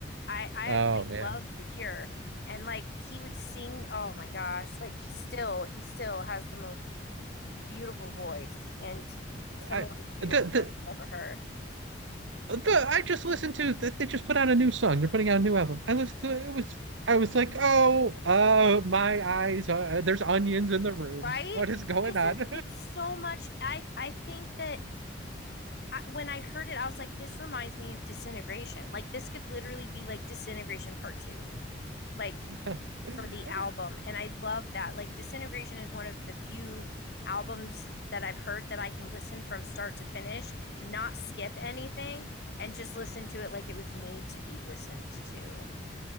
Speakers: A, on the left (about 60°); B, on the right (about 85°).
A: I I,
B: oh
A: I
B: man,
A: love The Cure. And like he would sing, oh my gosh, like he still he still has the most beautiful voice and some
B: I
A: of the most beautiful
B: the the.
A: songs I've ever heard.
B: The, I just listened to that they just put out a new song. They're putting out a new album. I listened to it, it was I was like, oh, uh, my eyes are there's onions in the room.
A: right?
B: What is going
A: Isn't
B: on?
A: it's so much? I I think that I, when I heard it, I was like, this reminds me of Disintegration. Like this could literally be like Disintegration Part Two, like
B: <laughs> And
A: for the
B: then
A: album. And I love that. Like Disintegration is one of the few albums that I've heard that I can listen from start to finish, not skip anything, and just listen to it like it was made to be listened to.